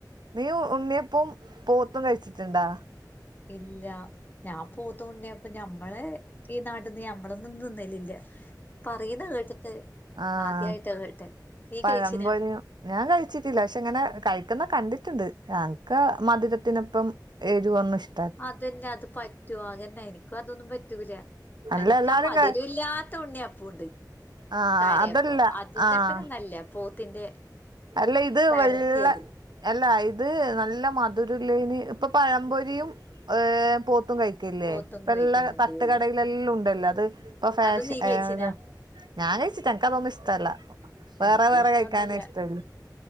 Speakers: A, on the right; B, on the left.
A: നീ ഉണ്ണിയപ്പും പോത്തും കഴിച്ചിട്ട്ണ്ടാ?
B: ഇല്ലാ ഞാം പോത്തും ഉണ്ണ്യപ്പം ഞമ്മളെ ഈ നാട്ട്ന്ന് ഞമ്മളൊന്നും തിന്നലില്ല പറിയ്ന്ന കേട്ട്ട്ട്
A: ആഹ്
B: ആദ്യായ്ട്ടാ കേട്ടെ നീ
A: പഴംപൊരിയും
B: കയ്ച്ചീനാ
A: ഞാൻ കഴിച്ചിട്ടില്ല പക്ഷെ ഇങ്ങനെ കഴിക്ക്ന്ന കണ്ടിട്ട്ണ്ട് ഞങ്ങ്ക്ക മധ് രത്തിനൊപ്പം എരിവൊന്നുഷ്
B: അതന്നെ അത് പറ്റോ അങ്ങന്നെ എനിക്കും അതൊന്നും പറ്റൂല
A: അല്ല
B: എനക്കാ
A: എല്ലാരും
B: മധുര
A: ക
B: ഇല്ലാത്ത ഉണ്ണിയപ്പൂണ്ട്
A: ആഹ്
B: കാര്യപ്പം
A: അതല്ല
B: അതിന്റെപ്പരം
A: ആഹ്
B: നല്ല പോത്തിന്റെ
A: അല്ല ഇത്
B: വരട്ടിയത്
A: വെള്ള അല്ല ഇത് നല്ല മധുരല്ലേന് ഇപ്പ പഴംപൊരിയും ഏഹ് പോത്തും കഴി ക്കില്ലേ
B: പോത്തും
A: ഇപ്പെല്ലാ
B: കോഴിക്കുന്ന്
A: തട്ടുകടയിലെല്ലുണ്ടല്ലോ
B: കോലും
A: അത് ഇപ്പൊ ഫാഷൻ
B: അത് നീ കഴിച്ചിനാ
A: ഏഹ് ഞാൻ കയ്ച്ചിട്ട്ല എനക്ക് അതൊന്നും ഇഷ്ട്ടല്ല വേറെ
B: എനിക്കും
A: വേറെ
B: ഇഷ്ടൊന്നല്ല
A: കഴിക്കാനേ ഇഷ്ട്ടൊള്ളു.